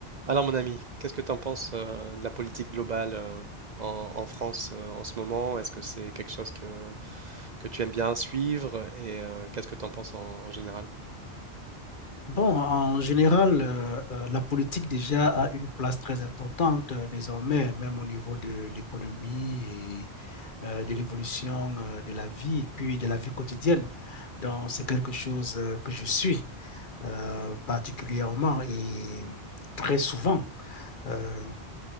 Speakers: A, on the right; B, on the left.
A: Alors mon ami, qu'est-ce que tu en penses euh, de la politique globale euh, en, en France euh, en ce moment? Est-ce que c'est quelque chose que, que tu aimes bien suivre et euh, qu'est-ce que tu en penses en, en général?
B: Bon, en général, euh, euh, la politique déjà a une place très importante euh, désormais, même au niveau de l'économie et euh, de l'évolution euh, de la vie, puis de la vie quotidienne. Donc, c'est quelque chose euh, que je suis euh, particulièrement et très souvent. Euh,